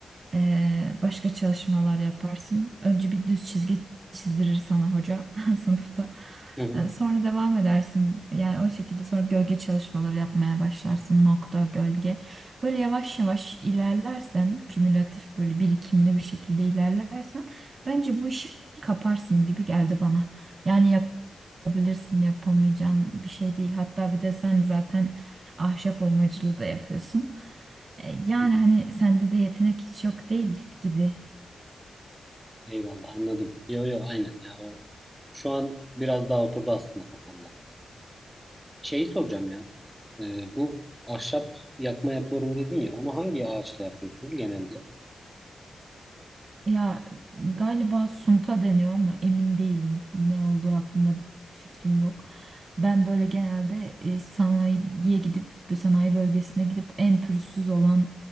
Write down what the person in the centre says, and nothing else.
Hı hı.
Hı hı.
Eyvallah anladım. Yo yo aynen ya o şu an biraz daha oturdu aslında kafamda. Şeyi soracağım ya. e, bu ahşap yakma yapıyorum dedin ya. Onu hangi ağaçla yapıyorsun genelde?